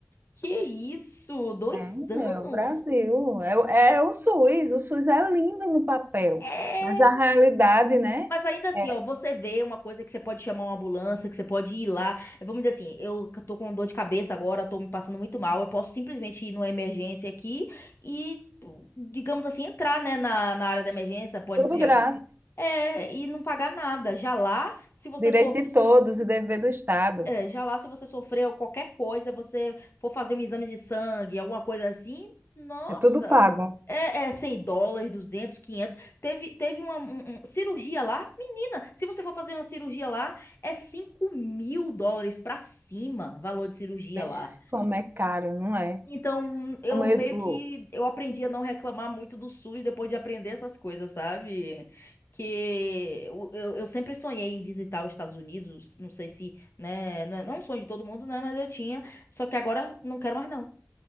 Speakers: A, on the left; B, on the right.
A: Que isso? Dois
B: É,
A: anos?
B: é o Brasil, é, o- é o SUS, o SUS é lindo no papel,
A: É!
B: mas a realidade, né?
A: Mas ainda assim,
B: É
A: ó, você vê uma coisa que você pode chamar uma ambulância, que você pode ir lá. É, Vamos dizer assim, eu c- tô com dor de cabeça agora, tô me passando muito mal. Eu posso simplesmente ir numa emergência aqui e, digamos assim, entrar, né, na, na área da emergência, pode
B: tudo
A: pegar.
B: grátis,
A: É, e não pagar nada. Já lá, se você
B: direito
A: sofrer
B: de todos e dever do Estado,
A: é, já lá se você sofreu qualquer coisa, você for fazer um exame de sangue, alguma coisa assim, nossa,
B: é tudo pago.
A: é, é 100 dólares, 200 quinhentos Teve, teve uma um- um- cirurgia lá, menina, se você for fazer uma cirurgia lá, é cinco mil dólares pra cima, valor de cirurgia
B: Vixe,
A: lá.
B: como é caro, não é?
A: Então, eu
B: O meio,
A: meio
B: o,
A: que eu aprendi a não reclamar muito do SUS depois de aprender essas coisas, sabe? Que eu, eu, eu sempre sonhei em visitar os Estados Unidos, não sei se, né, não é, não é um sonho de todo mundo, né, mas eu tinha, só que agora não quero mais não.